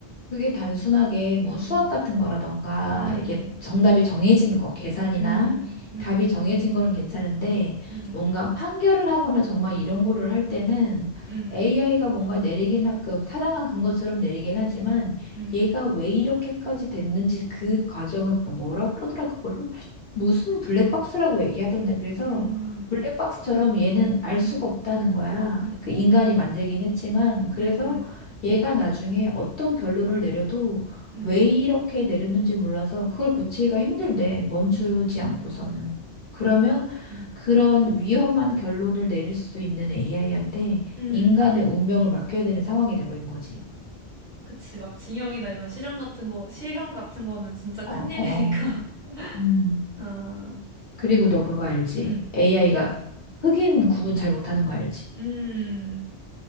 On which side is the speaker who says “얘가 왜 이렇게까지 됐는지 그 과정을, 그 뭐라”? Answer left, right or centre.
Left